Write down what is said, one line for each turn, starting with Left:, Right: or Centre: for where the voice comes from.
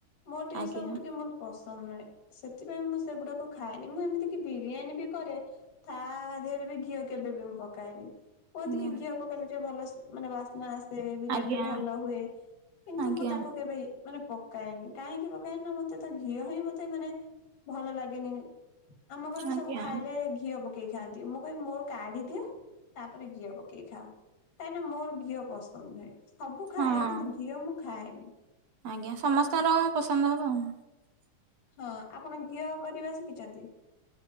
Left: ମୋର ଟିକେ
Right: ଆଜ୍ଞା
Left: ଏ ସବୁ ଟିକେ ମୋର ପସନ୍ଦ ନୁହେଁ ସେଥିପାଇଁ ମୁଁ ସେଗୁଡାକୁ ଖାଏନି ମୁଁ ଏମିତି ବିରିୟାନୀ ବି କରେ ତା ଦେହରେ ବି ଘିଅ କେବେ ବି ମୁଁ ପକାଏନି। କୁହନ୍ତି
Right: ଆଜ୍ଞା
Left: କି ଘିଅ ପକେଇଲେ ଟେ ଭଲ ମାନେ ବାସ୍ନା ଆସ ସେ ବିରିୟାନୀ
Right: ଆଜ୍ଞା
Left: ଟି ଭଲ ହୁଏ କିନ୍ତୁ
Right: ଆଜ୍ଞା
Left: ମୁଁ ତାକୁ କେବେ ଇଏ ମାନେ ପକାଏନି କାହିଁକି ପକାଏନି ନା ମତେ ତ ଘିଅ ହିଁ ମତେ ମାନେ ଭଲ ଲାଗେନି। ଆମ ଘରେ
Right: ଆଜ୍ଞା
Left: ସବୁ ଖାଇଲେ ଘିଅ ପକ ପକେଇ ଖାଆନ୍ତି ମୁଁ କହିବି ମୋର କାଢି ଦିଅ ତାପରେ ଘିଅ ପକେଇ ଖାଅ କାହିଁକିନା ମୋର ଘିଅ ପସ ବୋଧେ ସବୁ
Right: ହଁ
Left: ଖାଏ କିନ୍ତୁ ଘଝିଅ ମୁଁ ଖାଏନି।
Right: ଆଜ୍ଞା ସମସ୍ତଙ୍କର ପସନ୍ଦ ହବ ଆଉ।
Left: ହଁ ଆପଣ ଘିଅ କରିବା ଶିଖିଛନ୍ତି?